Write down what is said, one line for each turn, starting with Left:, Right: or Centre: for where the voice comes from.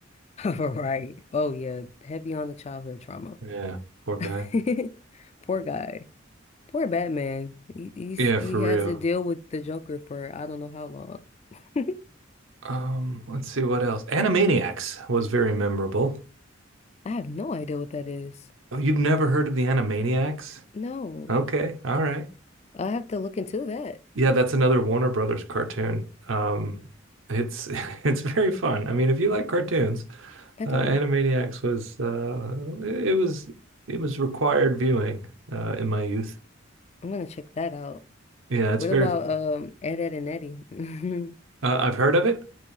Left: Right. Oh, yeah. Heavy on the childhood trauma.
Right: Yeah, poor guy.
Left: <laughs> Poor guy. Poor Batman. He he's,
Right: Yeah,
Left: he
Right: for real.
Left: has to deal with the Joker for I don't know how long. <laughs>
Right: Um, let's see what else. Animaniacs was very memorable.
Left: I have no idea what that is.
Right: Oh, you've never heard of the Animaniacs?
Left: No,
Right: Okay, all right.
Left: I have to look into that.
Right: Yeah, that's another Warner Brothers cartoon. Um, it's <laughs> it's very fun. I mean, if you like cartoons,
Left: I
Right: uh,
Left: do.
Right: Animaniacs was uh, it was it was required viewing uh, in my youth.
Left: I'm gonna check that out.
Right: Yeah, it's
Left: What
Right: very
Left: about
Right: fun.
Left: um Ed, Ed and Eddie? <laughs>
Right: Uh, I've heard of it.